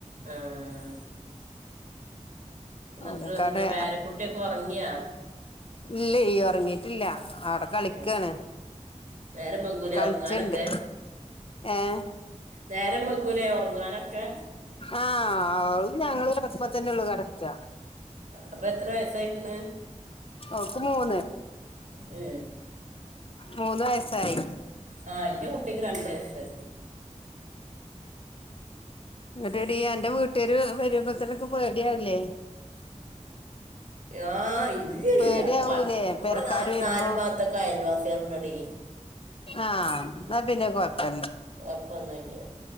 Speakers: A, on the right; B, on the left.
A: ആഹ് എന്നിട്ട്
B: ഓലക്കാടെ
A: എന്താ പേരക്കുട്ടിയൊക്കെ ഒറങ്ങിയാ
B: ഇല്ലേയ് ഒറങ്ങിട്ടില്ല അവിടെ കളിക്കാണ്
A: ഏ, നേരം വെങ്കൂലെ
B: കളിച്ച്ണ്ട്
A: ഉറങ്ങാനൊക്കെ?
B: ഏഹ്
A: നേരം വെഗുലേ ഉറങ്ങാനൊക്കെ?
B: ആഹ് ഓൾഞങ്ങള് കടക്കുമ്പ തന്നെള്ളൂ കടക്ക.
A: അപ്പൊ എത്ര വയസായിക്ക്ണ്
B: ഓക്ക് മൂന്ന്
A: ഏ
B: മൂന്ന് വയസായി.
A: ആഹ് ഇന്റെ കുട്ടിക്ക് രണ്ട് വയസ്സ്
B: ഇങ്ങട്ടടീ അന്റെ വീട്ടേര് വെരുമ്പത്തനൊക്കെ പേടിയാവല്ലേ?
A: ആഹ് ഇല്ല
B: പേടിയാവൂലേ
A: ഇല്ല
B: പെരക്കാര്
A: ബടെ ന
B: വരുമ്പോ
A: നാല് ഭാഗത്തൊക്കെ അയൽവാസികൾ ഇണ്ടടീ.
B: ആഹ ന്ന പിന്നെ കുഴപല
A: അപ്പൊന്നും ല്ല